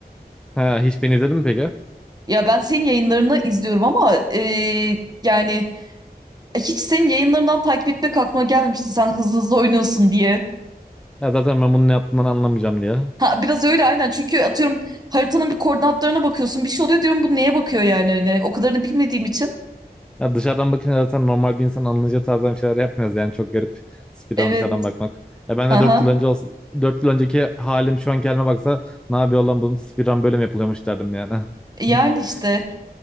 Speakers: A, in the centre; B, on the right.
A: Ha, hiç beni izledin mi peki?
B: Ya ben senin yayınlarını izliyorum ama e, yani e, hiç senin yayınlarından takip etmek aklıma gelmemişti sen hızlı hızlı oynuyorsun diye.
A: Ya zaten ben bunu ne yaptığımdan anlamayacağım diye.
B: Ha, biraz öyle aynen çünkü atıyorum haritanın bir koordinatlarına bakıyorsun bir şey oluyor diyorum bu neye bakıyor yani hani o kadarını bilmediğim için.
A: Ya dışarıdan bakınca zaten normal bir insan anlayacağı tarzdan bir şeyler yapmıyoruz yani çok garip speedrun
B: Evet.
A: dışarıdan bakmak. Ya ben
B: Aha.
A: de 4 yıl önce olsa, 4 yıl önceki halim şu anki halime baksa ne yapıyor lan bunun speedrun böyle mi yapılıyormuş derdim yani.
B: Yani
A: <laughs>
B: işte.